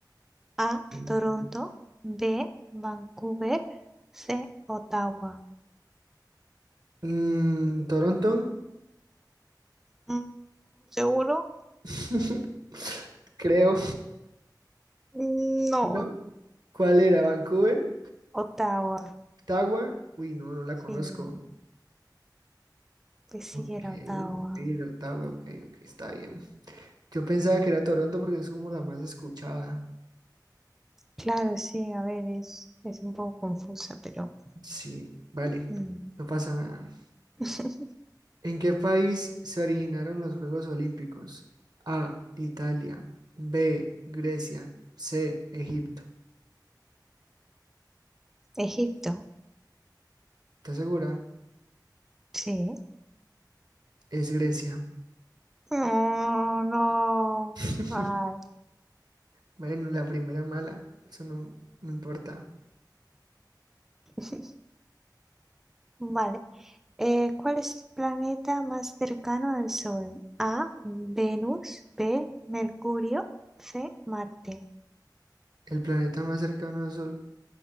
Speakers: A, in the centre; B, on the right (about 60°).
A: A,
B: Sí.
A: Toronto, B, Vancouver, C, Ottawa.
B: Mm, Toronto,
A: Mm, ¿seguro?
B: <laughs> creo,
A: No.
B: ¿no? ¿Cuál era? ¿Vancouver?
A: Ottawa,
B: ¿Ottawa? Uy, no, no la
A: sí,
B: conozco.
A: pues sí
B: Ok,
A: era Ottawa.
B: ok, era Ottawa, ok, ok, está bien. Yo pensaba que era Toronto porque es como la más escuchada.
A: Claro, sí, a ver, es, es un poco confusa, pero...
B: Sí, vale,
A: mm.
B: no pasa nada.
A: <laughs>
B: ¿En qué país se originaron los Juegos Olímpicos? A, Italia, B, Grecia, C, Egipto.
A: Egipto,
B: ¿Estás segura?
A: sí.
B: Es Grecia.
A: No, no.
B: <laughs>
A: Ay.
B: Bueno, la primera mala, eso no, no importa.
A: <laughs> Vale. Eh, ¿cuál es el planeta más cercano al Sol? A, Venus, B, Mercurio, C, Marte.
B: El planeta más cercano al Sol,